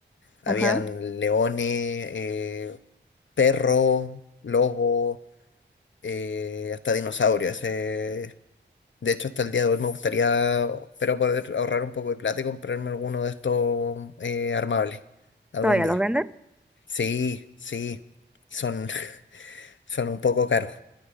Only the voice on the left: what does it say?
Habían
leones, eh, perros, lobos, eh, hasta dinosaurios. eh. De hecho, hasta el día de hoy me gustaría, espero poder ahorrar un poco de plata y comprarme alguno de estos eh, armables algún
día.
Sí, sí, son, <laughs> son un poco caros,